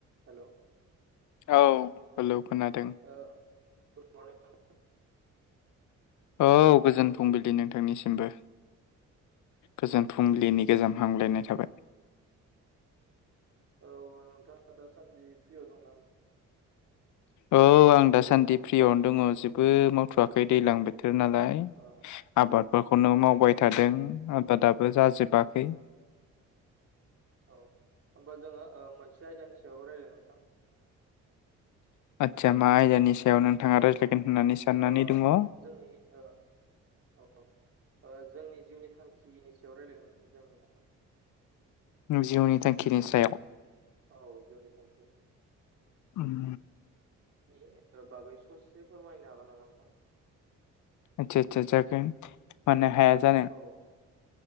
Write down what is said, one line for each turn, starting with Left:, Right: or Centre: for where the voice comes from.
Right: Hello
Left: औ hello. खोनादों
Right: ओ गुद मरनिं
Left: औ गोजोन फुंबिलि नोंथांनिसिमबो। गोजोन फुंलिनि गोजोन हामग्लायनाय थाबाय।
Right: औ नोंथाङा दासान्दि फ्रियाव दं ना नोंथां?
Left: औ आं दासान्दि फ्रियावनो दङ'। जेबो मावथ'वाखै दैलां बोथो <unintelligible> नालाय
Right: औ
Left: आबादफोरखौनो मावबाय
Right: औ
Left: थादों आबादाबो
Right: औ
Left: जाजोबा खै।
Right: औ होमबा जोङो ओ मोनसे आयदानि सायाव रायलाय नोंथां।
Left: आतसा मा आयदानि सायाव नोंथाङा रायज्लायगोन
Right: औ
Left: होननानै साननानै
Right: ओ,
Left: दङ'।
Right: जोंनि ओ, औ, ओ जोंनि जिउनि थांखिनि सायाव रायज्लायगोन जों दा।
Left: जिउनि थांखिनि सायाव।
Right: औ जिउनि थांखि।
Left: उम
Right: नि बागै ससे फोरमायनो हागोन नामा नोंथां?
Left: आता आतसा जागोन मानो हाया जानो।
Right: औ